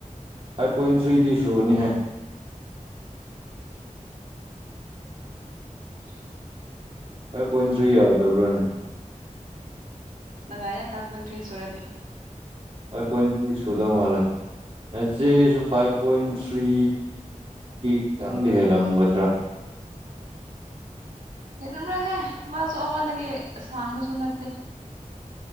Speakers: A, on the right (about 45°); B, on the right (about 85°).
A: ꯐꯥꯏꯚ ꯄꯣꯏꯟ ꯊ꯭ꯔꯤꯗꯤ ꯁꯨꯅꯤꯍꯦ
B: <unintelligible>
A: ꯐꯥꯏꯚ ꯄꯣꯏꯟ ꯊ꯭ꯔꯤ ꯌꯥꯎꯗꯕ꯭ꯔꯥꯅꯦ
B: ꯅꯪꯉꯥꯏꯌꯦ ꯐꯥꯏꯚ ꯄꯣꯏꯟ ꯊ꯭ꯔꯤ ꯁꯨꯔꯗꯤ
A: ꯑꯩꯣꯏ ꯄꯣꯏꯇꯂꯤꯁ ꯁꯨꯗꯣ ꯃꯥꯅꯦꯦ ꯅꯆꯦꯁꯨ ꯐꯥꯏꯚ ꯄꯣꯏꯟ ꯊ꯭ꯔꯤ ꯈꯤꯇꯪꯗꯤ ꯍꯦꯜꯂꯝꯒꯗ꯭ꯔꯥ
B: ꯍꯦꯟꯅꯕ꯭ꯔꯣꯍꯦ ꯃꯥꯁꯨ ꯑꯩꯉꯣꯟꯗꯒꯤꯁꯥꯡꯕꯁꯨ ꯅꯠꯇꯦ